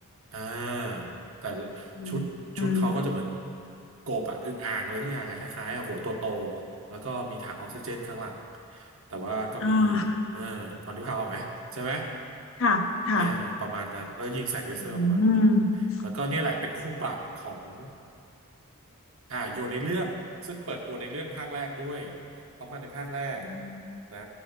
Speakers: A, on the right (about 65°); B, on the left (about 65°).
A: อ่าแต่
B: อืมอืม
A: ชุดชุดเขาก็จะเหมือนกบอะอึ่งอ่างอะไรทุกอย่างอะคล้ายๆอะหัวโตโตแล้วก็มีถังออกซิเจนข้างหลังแต่ว่าก็มี
B: อ่า
A: เออพอนึกภาพออกไหมใช่ไหม
B: ค่ะค่ะ
A: อ่าประมาณนั้นแล้วยิงใส่เลเซอร์ออกมา
B: อืม
A: แล้วก็เนี่ยแหละเป็นคู่ปรับของอ่าโยนในเรื่องซึ่งเปิดตัวในเรื่องภาคแรกด้วยเพราะมาในภาคแรก
B: อืม
A: นะ